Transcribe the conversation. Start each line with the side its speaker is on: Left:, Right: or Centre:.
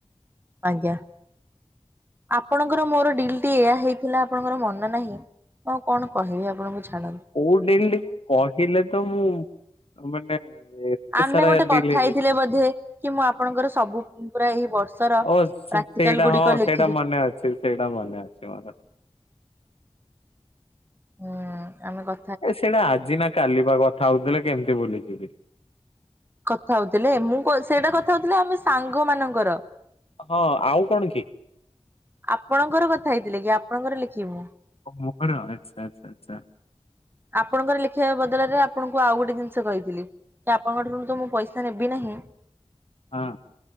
Right: ଆଜ୍ଞା। ଆପଣଙ୍କର ମୋର ଡିଲ୍ ଟି ଏଇଆ ହେଇଥିଲା, ଆପଣଙ୍କର ମନେ ନାହିଁ ହଁ କଣ କହିବି ଆପଣଙ୍କୁ ଛାଡ଼ନ୍ତୁ।
Left: କୋଉ ଡିଲ୍ କହିଲେ ତ, ମୁଁ ମାନେ ଏତେ
Right: ଆମେ
Left: ସାରା
Right: ଗୋଟେ
Left: ଡିଲ୍
Right: କଥା
Left: ହେଇ
Right: ହେଇଥିଲେ ବୋଧେ, କି ମୁଁ ଆପଣଙ୍କର ସବୁ ପୁରା ଏହି ବର୍ଷର
Left: ଓ ସେ-
Right: ପ୍ରାକ୍ଟିକାଲ
Left: ସେଇଟା
Right: ଗୁଡିକ
Left: ହଁ
Right: ଲେଖିଦେ
Left: ସେଇଟା ମନେ ଅଛି, ସେଇଟା ମନେ ଅଛି ମୋର।
Right: ହୁଁ, ଆମେ କ
Left: ଏ ସେଇଟା ଆଜି ନା କାଲିପା କଥା ହଉଥିଲେ, କେମିତି ଭୁଲିଯିବି?
Right: କଥା ହଉଥିଲେ, ମୁଁ ସେଇଟା କଥା ହଉଥିଲେ ଆମେ ସାଙ୍ଗ ମାନଙ୍କର।
Left: ହଁ, ଆଉ କଣ କି?
Right: ଆପଣଙ୍କର କଥା ହେଇଥିଲେ କି? ଆପଣଙ୍କର ଲେଖିବି ମୁଁ।
Left: ଓ ମୋର, ଆଛା ଆଛା ଆଛା।
Right: ଆପଣଙ୍କର ଲେଖ୍ ଲେଖିବା ବଦଳରେ ଆପଣଙ୍କୁ ଆଉ ଗୋଟେ ଜିନିଷ କହିଥିଲି, କି ଆପଣଙ୍କ ଠାରୁ ତ ମୁଁ ପଇସା ନେବି ନାହିଁ
Left: ହଁ